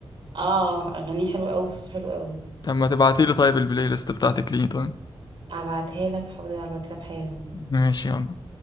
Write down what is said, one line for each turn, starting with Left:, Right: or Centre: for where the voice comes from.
Right: اه اغانيه حلوه قوي صوته حلو قوي
Left: طب ما تبعتي لي طيب البلاي ليست بتاعتك ليه طيب
Right: ابعتها لك حاضر على الواتساب حالا
Left: ماشي يلا